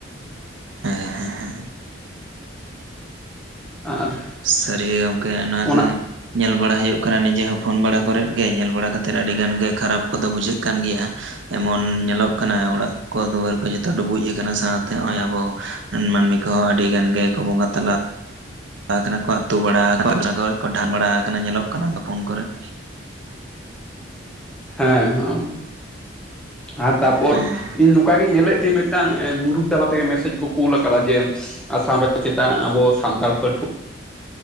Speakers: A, on the right; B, in the centre.
A: ᱦᱮᱸ ᱦᱮᱸ ᱦᱮᱸ
B: ᱟᱨ
A: ᱥᱟᱹᱨᱤ ᱜᱮ ᱜᱚᱝᱠᱮ ᱚᱱᱟᱜᱮ
B: ᱚᱱᱟ
A: ᱧᱮᱞ ᱵᱟᱲᱟ ᱦᱳᱭᱳᱜ ᱠᱟᱱᱟ ᱱᱤᱡᱮ ᱦᱚᱸ ᱯᱷᱳᱱ ᱵᱟᱲᱟ ᱠᱚᱨᱮᱫ ᱜᱮ ᱧᱮᱞ ᱵᱟᱲᱟ ᱠᱟ ᱛᱮᱫ ᱟᱹᱰᱤ ᱜᱟᱱ ᱜᱮ ᱠᱷᱟᱨᱟᱯ ᱠᱚᱫᱚ ᱵᱩᱡᱷᱟᱹᱜ ᱠᱟᱱ ᱜᱮᱭᱟ ᱮᱢᱚᱱ ᱧᱮᱞᱚᱜ ᱠᱟᱱᱟ ᱚᱲᱟᱜ ᱠᱚ ᱫᱩᱣᱟᱹᱨ ᱠᱚ ᱡᱚᱛᱚ ᱰᱩᱵᱩᱡ ᱟᱠᱟᱱᱟ ᱥᱟᱶᱛᱮ ᱦᱚᱜ ᱚᱭ ᱟᱵᱚ ᱢᱟᱹᱱᱢᱤ ᱠᱚᱦᱚᱸ ᱟᱹᱰᱤ ᱜᱟᱱ ᱜᱮ ᱠᱚ ᱵᱚᱸᱜᱟ ᱛᱟᱞᱟ ᱛᱟᱞᱟ ᱟᱠᱟᱱᱟ ᱠᱚ ᱟᱹᱛᱩ ᱵᱟᱲᱟ ᱠᱟᱱᱟ ᱠᱚ ᱰᱷᱟᱝ ᱵᱟᱲᱟ ᱠᱟᱱᱟ ᱧᱮᱞᱚᱜ ᱠᱟᱱᱟ ᱯᱷᱳᱱ ᱠᱚᱨᱮᱜ᱾
B: ᱦᱮᱸ ᱦᱮᱸ ᱟᱨ ᱛᱟᱯᱚᱨ
A: ᱦᱮᱸ
B: ᱤᱧ ᱱᱚᱝᱠᱟ ᱜᱮᱧ ᱧᱮᱞᱮᱫ ᱛᱟᱹᱦᱤᱡ ᱢᱮᱜᱴᱟᱝ ᱜᱩᱨᱩᱯ ᱛᱟᱞᱟ ᱛᱮᱜᱮ ᱢᱮᱥᱮᱡᱽ ᱠᱚ ᱠᱳᱞ ᱟᱠᱟᱫᱟ ᱡᱮ ᱟᱥᱟᱢ ᱨᱮ ᱪᱮᱛᱟ ᱟᱵᱚ ᱥᱟᱱᱛᱟᱲ ᱯᱟᱹᱴᱷᱩᱣᱟᱹ